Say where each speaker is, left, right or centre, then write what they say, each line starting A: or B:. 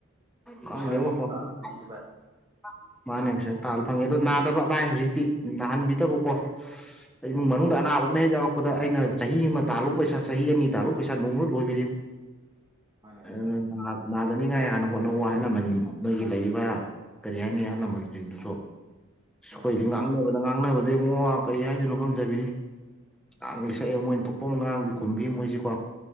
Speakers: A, in the centre; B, on the right (about 20°).
A: ꯈꯪꯗꯦꯕꯣ
B: ꯄꯩꯁꯥꯗꯨ
A: <unintelligible>
B: ꯇꯥꯜꯂ ꯐꯪꯉꯤꯅꯦ ꯚꯥꯏ
A: ꯃꯥꯅꯦ ꯄꯩꯁꯥꯁꯦ ꯇꯥꯜ ꯐꯪꯉꯦ ꯑꯗꯣ ꯅꯥꯗꯕ ꯚꯥꯏ ꯍꯧꯖꯤꯛꯇꯤ ꯅꯥꯍꯟꯕꯤꯗꯕꯀꯣ ꯏꯃꯨꯡ
B: ꯎꯝ
A: ꯃꯅꯨꯡꯗ ꯑꯅꯥꯕ ꯑꯃ ꯍꯦꯛ ꯌꯥꯎꯔꯛ ꯄꯗꯥ ꯑꯩꯅ ꯆꯍꯤ ꯑꯃ ꯇꯥꯜꯂꯨꯕ ꯄꯩꯁꯥ ꯆꯍꯤ ꯑꯅꯤ ꯇꯥꯜꯂꯨꯕ ꯄꯩꯁꯥ ꯅꯣꯡꯃ ꯂꯣꯏꯕꯤꯅꯤ
B: ꯃꯥꯅꯦ
A: ꯑꯗꯨꯅ ꯅꯥ ꯅꯥꯗꯅꯤꯡꯉꯥꯏ ꯍꯥꯟꯅ ꯍꯣꯠꯅꯧ ꯍꯥꯏꯅꯕꯅꯤ ꯅꯣꯏꯒꯤ ꯂꯩꯔꯤꯕ ꯀꯔꯤ ꯍꯥꯏꯅꯤ ꯑꯍꯜ ꯂꯃꯟꯁꯤꯡꯗꯨꯁꯨ ꯁꯨꯈꯣꯏꯗꯤ
B: ꯎꯝ
A: ꯉꯥꯡꯅꯕꯗ ꯉꯥꯡꯅꯕꯗ ꯏꯕꯨꯡꯉꫭ ꯀꯔꯤ ꯍꯥꯏꯗꯣꯏꯅꯣ ꯈꯪꯗꯕꯤꯅꯤ ꯉꯥꯡꯂꯤ ꯁꯛꯑꯦ ꯃꯣꯏꯅ ꯊꯣꯛꯄ ꯑꯃ ꯉꯥꯡꯕꯤ ꯈꯨꯝꯕꯤ ꯃꯣꯏꯁꯤꯀꯣ